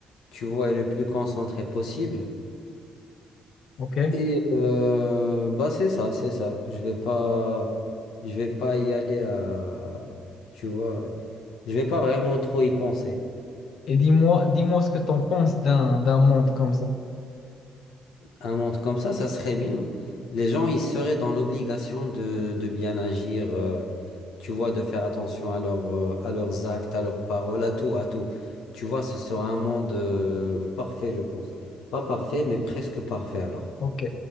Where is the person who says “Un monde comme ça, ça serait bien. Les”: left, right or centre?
Left